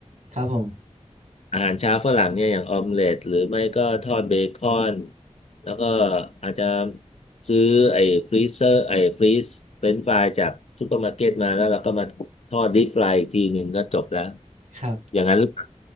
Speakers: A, on the right (about 85°); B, on the left (about 60°).
A: ครับผม
B: อาหารเช้าฝรั่งเนี่ยอย่างออมเล็ตหรือไม่ก็ทอดเบคอนแล้วก็อาจจะซื้อไอ้ฟรีเซอร์ไอ้ฟรีซเฟรนช์ฟรายจากซูเปอร์มาร์เก็ตมาแล้วเราก็มาทอดดิฟรายอีกทีหนึ่งก็จบแล้ว
A: ครับ
B: อย่างนั้นหรือเปล่า